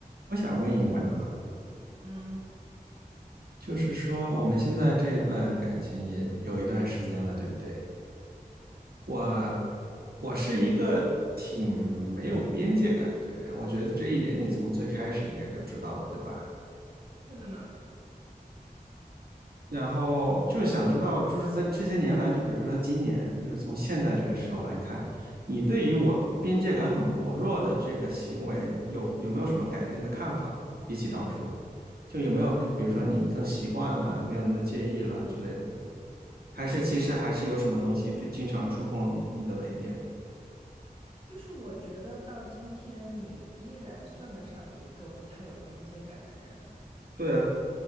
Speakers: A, on the right; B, on the right.
A: 我想问一问呢、
B: 嗯，
A: 就是说我们现在这段感情也有一段时间了，对不对？我我是一个挺没有边界感的人，我觉得这一点你从最开始应该就知道了，对吧？
B: 是的呢，
A: 然后就想知道，就是在这些年来，就比如说今年，就是从现在这个时候来看，你对于我边界感很薄弱的这个行为有有没有什么改变的看法呢？比起当初，就有没有，比如说你更习惯了，没有那么介意了之类的？还是其实还是有什么东西非经常触碰你的雷点？
B: 就是我觉得到今天，你依然算得上一个不太有边界感的人。
A: 对啊，